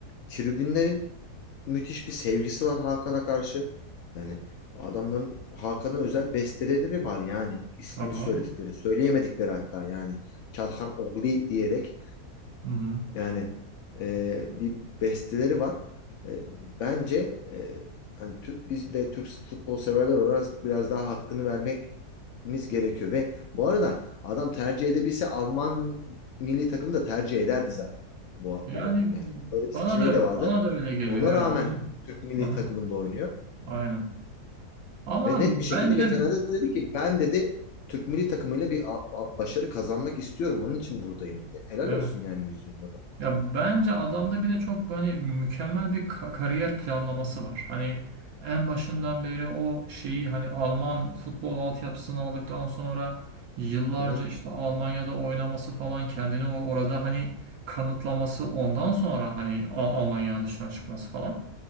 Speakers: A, on the left (about 70°); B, on the right (about 70°).
A: Tribünlerin müthiş bir sevgisi var Hakan'a karşı. Yani adamların Hakan'a özel besteleri var yani ismini
B: Tabii
A: söyledikleri,
B: abi.
A: söyleyemedikleri hatta yani Çalhan Ogli diyerek
B: Hı hı.
A: yani e, bir besteleri var. E, bence e, hani Türk, biz de Türk futbol severler olarak biraz daha hakkını vermemiz gerekiyor. Ve bu arada adam tercih edebilse Alman milli takımı da tercih ederdi zaten. Bu,
B: Yani
A: bu yani öyle bir
B: bana
A: seçeneği
B: da
A: de vardı.
B: bana da öyle geliyor.
A: Ona
B: Evet.
A: rağmen Türk milli
B: Hı hı.
A: takımında oynuyor.
B: Aynen. Ama
A: Ve net
B: bence
A: bir şekilde geçenlerde dedi ki ben dedi Türk milli takımıyla bir a- a- başarı kazanmak istiyorum. Onun için buradayım dedi. Helal
B: evet.
A: olsun yani vizyonda da.
B: Ya bence adamda bir de çok hani mükemmel bir ka- kariyer planlaması var. Hani en başından beri o şeyi hani Alman futbol altyapısını aldıktan sonra yıllarca
A: Hı hı.
B: işte Almanya'da oynaması falan kendini or- orada hani kanıtlaması ondan sonra hani Al- Almanya'nın dışına çıkması falan.